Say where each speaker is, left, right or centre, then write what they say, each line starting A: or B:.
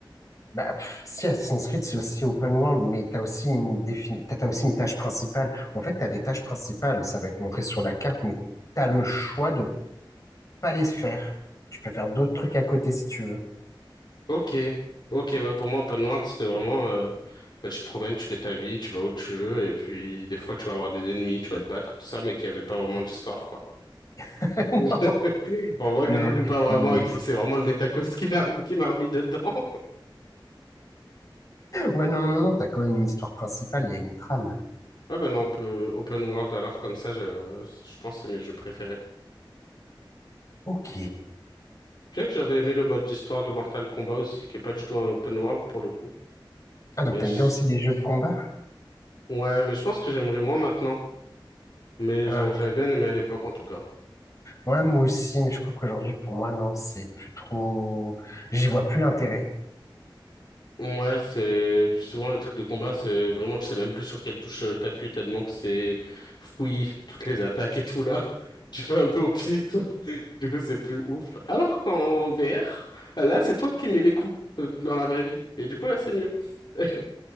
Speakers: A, on the left; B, on the left.
A: Bah, pff, si Assassin's Creed, c'est aussi open world, mais t'as aussi une défini... t'as, t'as aussi une tâche principale. En fait, t'as des tâches principales, ça va être montré sur la carte, mais t'as le choix de pas les faire. Tu peux faire d'autres trucs à côté si tu veux.
B: Ok, ok, ouais, pour moi, open world, c'était vraiment, euh, bah, tu te promènes, tu fais ta vie, tu vas où tu veux, et puis des fois, tu vas avoir des ennemis, tu vas te battre, tout ça, mais qu'il n'y avait pas vraiment d'histoire, quoi.
A: <laughs>
B: <laughs> On voit
A: Non,
B: que j'y
A: non,
B: joue pas vraiment
A: non.
B: et que
A: <laughs>
B: c'est vraiment le Metaquest qui m'a qui m'a remis dedans. <laughs>
A: Ouais, non, non, non, t'as quand même une histoire principale, il y a une trame.
B: Ouais, ben non, on peut open world, alors comme ça, je, je pense que c'est mes jeux préférés.
A: Ok.
B: Bien que j'avais aimé le mode d'histoire de Mortal Kombat aussi, qui est pas du tout un open world pour le coup.
A: Ah,
B: Mais
A: donc t'aimes
B: je-
A: bien aussi les jeux de combat?
B: ouais, mais je pense que j'aimerais moins maintenant. Mais
A: Ouais,
B: je- j'avais bien aimé à l'époque, en tout cas.
A: ouais, moi aussi, mais je crois qu'aujourd'hui, pour moi, non, c'est plus trop... J'y vois plus l'intérêt.
B: Ouais, c'est souvent le truc de combat, c'est vraiment, tu sais même plus sur quelle touche euh, t'appuies tellement que c'est fouillis, toutes les attaques et tout là. <laughs> Tu fais un peu au pif, <laughs> du coup c'est plus ouf. Alors qu'en VR, là c'est toi qui mets les coups euh, dans la vraie vie. Et du coup là c'est mieux. <laughs>